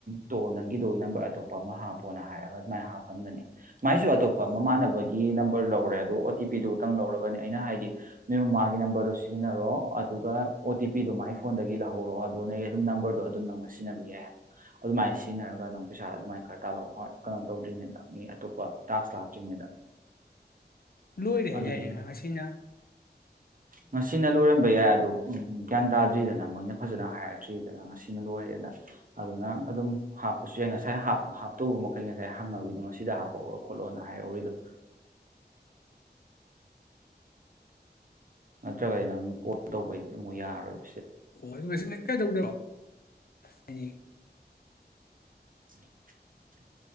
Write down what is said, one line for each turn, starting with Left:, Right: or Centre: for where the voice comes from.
Right: ꯇꯣꯑꯣ ꯅꯪꯒꯤꯗꯣ ꯅꯝꯕꯔ ꯑꯇꯣꯞꯄ ꯑꯃ ꯍꯥꯞꯄꯣꯅ ꯍꯥꯏꯔꯒ ꯑꯗꯨꯃꯥꯏꯅ ꯍꯥꯄ ꯄꯟꯕꯅꯦ ꯃꯥꯏꯁꯨ ꯑꯇꯣꯞꯄ ꯃꯃꯥꯟꯅꯕꯒꯤ ꯅꯝꯕꯔ ꯂꯧꯔꯦ ꯑꯗꯣ ꯑꯣ ꯇꯤ ꯄꯤꯗꯨ ꯈꯇꯪ ꯂꯧꯔꯒꯅꯦ ꯑꯩꯅ ꯍꯥꯏꯗꯤ ꯅꯣꯏ ꯃꯃꯥꯒꯤ ꯅꯝꯕꯔꯗꯣ ꯁꯤꯖꯤꯟꯅꯔꯣ ꯑꯗꯨꯒ ꯑꯣ ꯇꯤ ꯄꯤꯗꯣ ꯃꯥꯏ ꯐꯣꯟꯗꯒꯤ ꯂꯧꯍꯧꯔꯣ ꯑꯗꯨꯒ ꯅ ꯑꯩ ꯑꯗꯨꯝ ꯅꯝꯕꯔꯗꯣ ꯑꯗꯨꯝ ꯅꯪꯅ ꯁꯤꯖꯤꯟꯅꯕ ꯌꯥꯏ ꯑꯗꯨꯃꯥꯏꯅ ꯁꯤꯖꯤꯟꯅꯔꯒ ꯅꯪ ꯄꯩꯁꯥ ꯑꯗꯨꯃꯥꯏꯅ ꯈꯔ ꯇꯥꯜꯂꯛꯑꯣ ꯍꯣꯏ ꯀꯩꯅꯣ ꯇꯧꯗ꯭ꯔꯤꯉꯩꯗꯣ ꯃꯤ ꯑꯇꯣꯞꯄ ꯇꯥꯛꯁ ꯂꯥꯛꯇ꯭ꯔꯤꯉꯩꯗ
Left: ꯂꯣꯏꯔꯦ ꯍꯥꯏ
Right: ꯑꯗꯨꯗꯨꯅ
Left: ꯌꯥꯏꯅꯦ ꯉ ꯉꯁꯤꯅ
Right: ꯉꯁꯤꯅ ꯂꯣꯏꯔꯝꯕ ꯌꯥꯏ ꯑꯗꯣ ꯒ꯭ꯌꯥꯟ ꯇꯥꯗ꯭ꯔꯤꯗꯅ ꯃꯣꯏꯅ ꯐꯖꯅ ꯍꯥꯏꯔꯛꯇ꯭ꯔꯤꯗꯅ ꯉꯁꯤꯅ ꯂꯣꯏꯔꯦꯗꯅ ꯑꯗꯨꯅ ꯑꯗꯨꯝ ꯍꯥꯞꯄꯁꯨ ꯌꯥꯏ ꯉꯁꯥꯏ ꯍꯥꯞꯇꯧꯕ ꯃꯈꯩ ꯉꯁꯥꯏ ꯍꯪꯉꯔꯣꯏꯏꯗꯨꯉꯥꯏ ꯁꯤꯗ ꯍꯥꯞꯄꯧꯔꯣ ꯈꯣꯠꯂꯣꯅ ꯍꯥꯏꯍꯧꯔꯤꯗꯣ ꯅꯠꯇ꯭ꯔꯒꯗꯤ ꯅꯪ ꯀꯣꯜ ꯇꯧꯕꯩꯗꯤ ꯑꯃꯨꯛ ꯌꯥꯔꯣꯏ
Left: ꯑꯣ ꯑꯗꯨ ꯉꯅ ꯀꯩꯗꯧꯗꯣꯏꯔꯣ ꯍꯥꯏꯗꯤ
Right: <inaudible>